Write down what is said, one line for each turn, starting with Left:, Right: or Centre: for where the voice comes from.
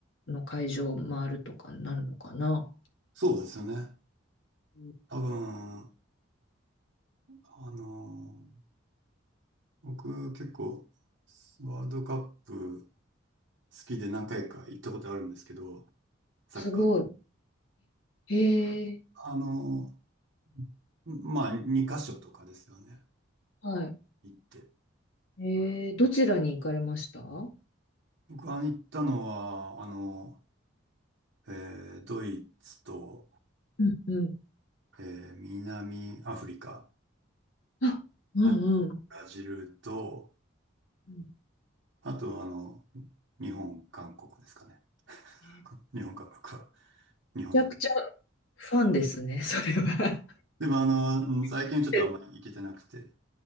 Left: の会場を回るとかになるのかな。
Right: そうですよね。
Left: うん
Right: 多分、あの、僕結構、ワールドカップ好きで何回か行ったことあるんですけど、サッカー。
Left: すごい。え、へえ、
Right: あの、まあ、2カ所とかですよね。
Left: は
Right: 行って。
Left: い。えー、どちらに行かれましたう
Right: 僕が行ったのは、あの、えードイツと、
Left: んうん。
Right: えー南アフリカ、
Left: あ、うんうん。
Right: あとブラジルと、
Left: うん
Right: あとあの、日本、韓国ですかね。
Left: えー
Right: 韓国日本、韓国は、日本でも。
Left: めちゃくちゃファンですね、それは。
Right: でもあの、うん最近ちょっとあんまり行けてなくて、
Left: <laughs>